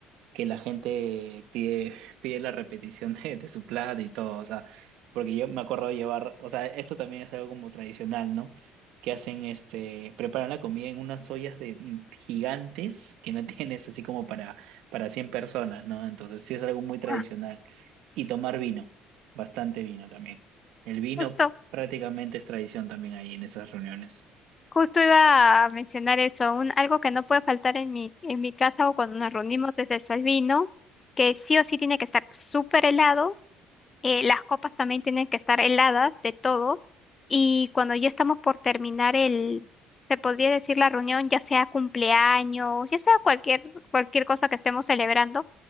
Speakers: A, on the right; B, on the left.
A: que la gente pide, pide la repetición de, de su plato y todo, o sea, porque yo me acuerdo de llevar, o sea, esto también es algo como tradicional, ¿no? Que hacen, este, preparan la comida en unas ollas de mm, gigantes que no <laughs> tienes así como para, para 100 personas, ¿no? Entonces sí es algo muy tradicional.
B: Ah,
A: Y tomar vino, bastante vino también. El vino
B: Justo,
A: prácticamente es tradición también ahí en esas reuniones.
B: justo iba a mencionar eso, un, algo que no puede faltar en mi, en mi casa o cuando nos reunimos es eso, el vino, que sí o sí tiene que estar súper helado Eh, las copas también tienen que estar heladas de todos y cuando ya estamos por terminar el, se podría decir la reunión, ya sea cumpleaños, ya sea cualquier, cualquier cosa que estemos celebrando,